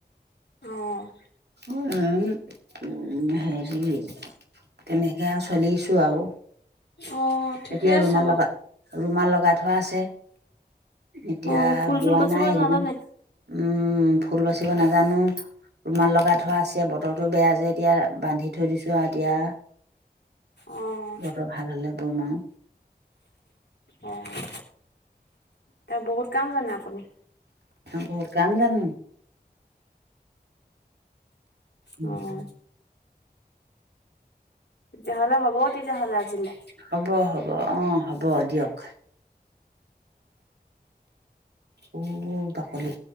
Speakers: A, on the left; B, on the right.
A: অহ'।
B: উ, উ, উ, হেৰি তেনেকে চলিছো আৰু।
A: অ', ঠিকে
B: এতিয়া
A: আছে
B: ৰুমাল
A: বাৰু।
B: লগা, ৰুমাল লগাই থো থোৱা আছে, এতিয়া
A: অ', ফুল চুল
B: বোৱা
A: বাচিব
B: নাই এইকেইদিন।
A: নাজানে?
B: উম, ফুল বাচিব নাজানো। ৰুমাল লগাই থোৱা আছে, বতৰটো বেয়া যে এতিয়া। বান্ধি থৈ দিছো আৰু এতিয়া।
A: অ',
B: বতৰ ভাল হ'লে বনাম।
A: অহ' তে বহুত কাম জানে আপুনি।
B: বহুত কাম জানো। উম,
A: অ',
B: উম।
A: তেতিয়া হ'লে হ'ব, তেতিয়া হ'লে আজিলে।
B: হ'ব, হ'ব অ', হ'ব দিয়ক। অ' বাকলি।